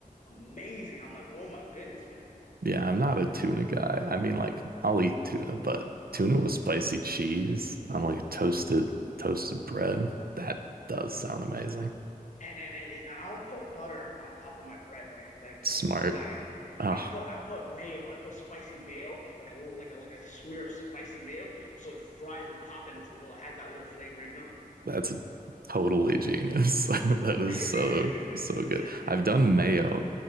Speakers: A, on the left (about 55°); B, on the right (about 75°).
A: amazing. I'm like, oh my goodness, man.
B: Yeah, I'm not a tuna guy. I mean, like I'll eat tuna, but tuna with spicy cheese on like toasted toasted bread. That does sound amazing.
A: and and and, and I don't put butter on top of my bread like like
B: Smart.
A: to, to, to fry it.
B: Oh,
A: I put I put mayo. I put spicy mayo, like a little like a like a smear of spicy mayo, so it fries the top and it's a little has that little flavor, you know.
B: That's totally genius. <laughs> That is
A: <laughs>
B: so, so good. I've done mayo